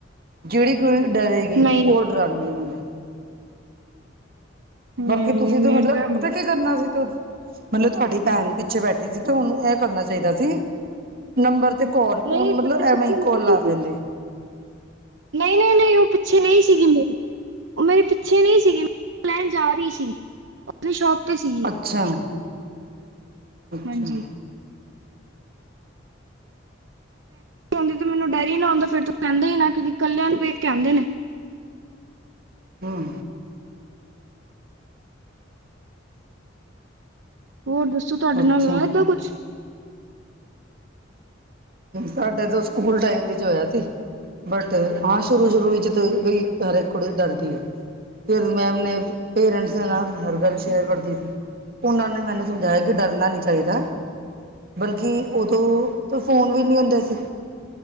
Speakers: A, on the right (about 50°); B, on the right (about 65°).
A: ਜਿਹੜੀ ਕੁੜੀ ਡਰੇਗੀ
B: ਨਹੀਂ
A: ਹੋਰ ਡਰਾਣਗੇ ਮੁੰਡੇ।
B: ਨਹੀਂ
A: ਬਾਕੀ ਤੁਸੀਂ
B: ਨਹੀਂ ਮੇਰੇ
A: ਤੇ ਮਤਲਬ
B: ਤਾਂ
A: ਪਤਾ ਕੀ ਕਰਨਾ ਸੀ ਤਮਤਲਬ ਤੁਹਾਡੀ ਭੈਣ ਪਿੱਛੇ ਬੈਠੀ ਸੀ ਤੇ ਓਨੂੰ ਐਹ ਕਰਨਾ ਚਾਹੀਦਾ ਸੀ ਨੰਬਰ ਤੇ ਕੌਲ
B: ਨਹੀਂ
A: ਓ ਮਤਲਬ
B: ਪਤਾ
A: ਐਵੇਂ ‌ਈ
B: ਨੀ-
A: ਕੌਲ ਲਾ ਦੇਂਦੀ।
B: ਨਹੀਂ- ਨਹੀਂ, ਨਹੀਂ ਉਹ ਪਿੱਛੇ ਨਹੀਂ ਸੀਗੀ ਮੇਰੇ। ਉਹ ਮੇਰੇ ਪਿੱਛੇ ਨਹੀਂ ਸੀਗੀ, ਲੈਣ ਜਾ ਰਹੀ ਸੀ ਉ ਅਪਣੀ ਸ਼ੋਪ ਤੇ ਸੀ।
A: ਅੱਛਾ। ਅੱਛਾ।
B: ਹਾਂਜੀ ਓ ਹੋਂਦੀ ਤੇ ਮੈਨੂੰ ਡਰ ਹੀ ਨਾ ਹੂੰਦਾ ਫੇਰ ਤ ਕਹਿੰਦੇ ਹੀ ਨਾ ਕਿਉਕਿ ਕੱਲਿਆਂ ਨੂੰ ਵੇਖ ਕੇ ਆਂਦੇ ਨੇ।
A: ਹਾਂ।
B: ਹੋਰ ਦੱਸੋ ਤੁਹਾਡੇ
A: ਅੱਛਾ
B: ਨਾਲ ਹੋਇਆ ਏਦਾਂ ਕੁਛ?
A: ਸਾਡੇ ਤੋਂ ਸਕੂਲ ਟਾਈਮ ਵਿੱਚ ਹੋਇਆ ਸੀ। ਬਟ ਹਾਂ ਸ਼ੁਰੂ- ਸ਼ੁਰੂ ਵਿੱਚ ਤੇ ਬਈ ਹਰੈਕ ਕੁੜੀ ਡਰ ਦੀ ਐ। ਫੇਰ ਮੈਮ ਨੇ ਪੇਰੈਂਟਸ ਦੇ ਨਾਲ ਹਰ ਗੱਲ ਸ਼ੇਅਰ ਕਰਦੀ ਸੀ। ਉਹਨਾਂ ਨੇ ਮੈਨੂੰ ਸਮਝਾਇਆ ਕਿ ਡਰਨਾ ਨਹੀਂ ਚਾਹੀਦਾ, ਬਲਕਿ ਉਦੋਂ- ਫੋਨ ਵੀ ਨਹੀਂ ਹੁੰਦੇ ਸੀ,